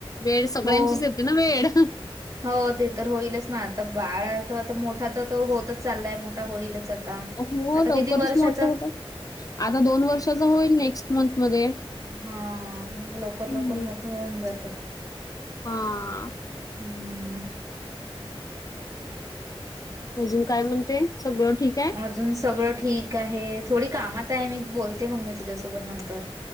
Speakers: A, on the left; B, on the right.
A: वेळ सगळ्यांचीच
B: हो
A: येते ना वेळ.
B: हो ते तर होईलच ना आता बाळ त आता मोठा तर तो होतच चाललाय मोठा होईलच आता.
A: हो
B: आता
A: लवकरच
B: किती वर्षाचा
A: मोठे होतात आता दोन वर्षाच होईल नेक्स्ट मंथ मध्ये.
B: हा मग लवकर
A: हम्म.
B: लवकर मोठे होऊन जातात.
A: हा,
B: हम्म.
A: अजून काय म्हणते सगळं ठीक आहे.
B: अजून सगळं ठीक आहे थोडी कामात आहे मी बोलते मग मी तुझ्यासोबत नंतर.